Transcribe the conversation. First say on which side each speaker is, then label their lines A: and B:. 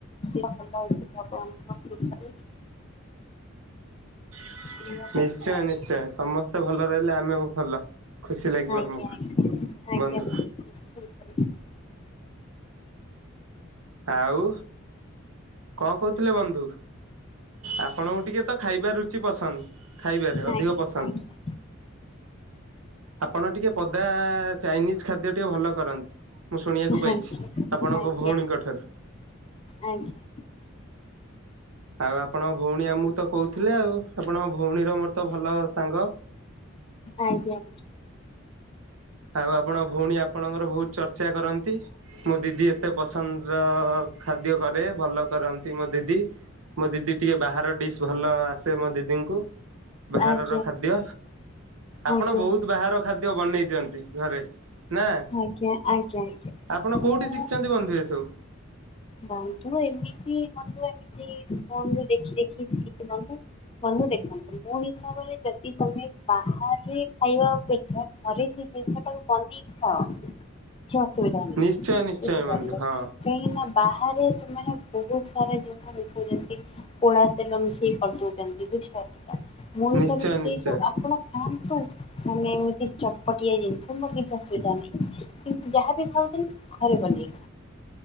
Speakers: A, on the left; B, on the right.
A: ଭଲ ଅଛି ଭଗବାନଙ୍କ କୃପାରୁ।
B: <inaudible>
A: ଏଇଆ ବନ୍ଧୁ
B: ନିଶ୍ଚୟ,
A: ଆଉ
B: ନିଶ୍ଚୟ, ସମସ୍ତେ ଭଲ ରହିଲେ ଆମେ ବି ଭଲ, ଖୁସି ଲାଗିବ
A: ଆଜ୍ଞା ଆଜ୍ଞା
B: ଆମକୁ।
A: ଆଜ୍ଞା ଆଜ୍ଞା
B: ବନ୍ଧୁ
A: ନିଶ୍ଚିତ ନିଶ୍ଚିତ।
B: ଆଉ କଣ କହୁଥିଲେ ବନ୍ଧୁ ଆପଣଙ୍କୁ ଟିକେ ତ ଖାଇବା ରୁଚି ପସନ୍ଦ? ଖାଇବାରେ ଅଧିକ
A: ଆଜ୍ଞା
B: ପସନ୍ଦ।
A: ଆଜ୍ଞା
B: ଆପଣ ଟିକେ ପଦା ଚାଇନିଜ ଖାଦ୍ୟ ଟିକେ ଭଲ କରନ୍ତି। ମୁଁ ଶୁଣିବାକୁ ପାଇଛି
A: ଆଜ୍ଞା
B: ଆପଣଙ୍କ
A: ଆଜ୍ଞା ଆଜ୍ଞା ଆଜ୍ଞା
B: ଭଉଣୀଙ୍କ ଠାରୁ
A: ଆଜ୍ଞା।
B: ଆଉ ଆପଣଙ୍କ ଭଉଣୀ ଆମକୁ ତ କହୁଥିଲେ ଆଉ ଆପଣଙ୍କ ଭଉଣୀର ମୋର ତ ଭଲ ସାଙ୍ଗ।
A: ଆଜ୍ଞା।
B: ଆଉ ଆପଣଙ୍କ ଭଉଣୀ ଆପଣଙ୍କର ବହୁତ ଚର୍ଚ୍ଚା କରନ୍ତି ମୋ ଦିଦି ଏତେ ପସନ୍ଦ ର ଖାଦ୍ୟ କରେ ଭଲ କରନ୍ତି ମୋ ଦିଦି। ମୋ ଦିଦି ଟିକେ ବାହାର ଡିସ୍ ଭଲ ଆସେ ମୋ ଦିଦିଙ୍କୁ। ବାହାରର
A: ଆଜ୍ଞା ଆଜ୍ଞା
B: ଖାଦ୍ୟ ଆପଣ
A: ଆଜ୍ଞା
B: ବହୁତ ବାହାର ଖାଦ୍ୟ ବନେଇ ଦିଅନ୍ତି ଘରେ ନା
A: ଆଜ୍ଞା ଆଜ୍ଞା ଆଜ୍ଞା
B: ଆପଣ କୋଉଠି
A: ମୁଁ
B: ସି ଛନ୍ତି ବନ୍ଧୁ ଏ ସବୁ?
A: ବନ୍ଧୁ ଏମିତି ବନ୍ଧୁ ଏମିତି ଫୋନରୁ ଦେଖି ଦେଖି ଶିଖିଛି ବନ୍ଧୁ। ବନ୍ଧୁ ଦେଖନ୍ତୁ ମୋ ହିସାବରେ ଯଦି ତମେ ବାହାରେ ଖାଇବା ଅପେକ୍ଷା ଘରେ ସେଇ ଜିନିଷଟାକୁ ବନେଇକି ଖାଅ। କିଛି ଅସୁବିଧା ନାହିଁ
B: ନିଶ୍ଚୟ ନିଶ୍ଚୟ
A: ବୁଝିପାରିଲେ
B: ବନ୍ଧୁ ହଁ
A: କାହିଁକି ନା? ବାହାରେ ସେମାନେ ବହୁତ ସାରା ଜିନିଷ ମିଶଉଛନ୍ତି। ପୋଳା ତେଲ ମିଶେଇ କରିଦଉଛନ୍ତି ବୁଝିପାରିଲେ? ମୋ ହିସାବରେ
B: ନିଶ୍ଚୟ
A: ସେଇ
B: ନିଶ୍ଚୟ
A: ସବୁ ଆପଣ ଖାଆନ୍ତୁ ମାନେ ଏମିତି ଚ ପଟିଆ ଜିନିଷ ମୋର କିଛି ଅସୁବିଧା ନାହିଁ କିନ୍ତୁ ଯାହା ବିି ଖାଉଛନ୍ତି ଘରେ ବନେଇ